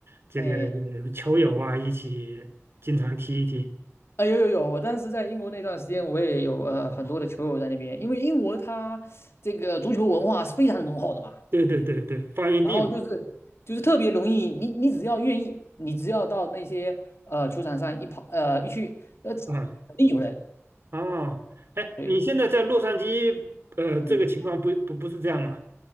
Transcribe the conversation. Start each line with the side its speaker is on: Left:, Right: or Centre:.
Right: 这个呃球友啊，
Left: 哎，
Right: 一起经常踢一踢。
Left: 啊有有有，我当时在英国那段时间，我也有呃很多的球友在那边，因为英国它这个足球文化是非常浓厚的嘛，
Right: 对对对对，发源地
Left: 然后就是就是特别容易，你你只要愿意，你只要到那些呃球场上一跑呃一去，呃肯定有人。
Right: 嘛，啊、哦，哎，
Left: 对。
Right: 你现在在洛杉矶，呃，
Left: 嗯
Right: 这个情况不不不是这样吗？